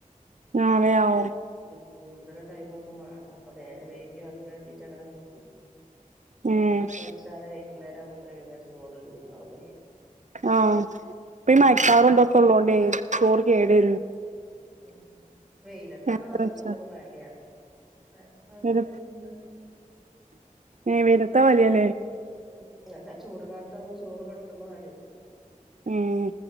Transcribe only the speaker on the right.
ആഹ് വേആവും.
ഉം
ആഹ് ഇപ്പേ ഈമക്കാറുംത്ക്കെ
ഇള്ളോണ്ടേ ചോറ് കേടും.
നേരത്തെ വെച്ചാ
വെരു
ഏഹ് വെയ്ലെത്താ വലിയാലേ
എഹ്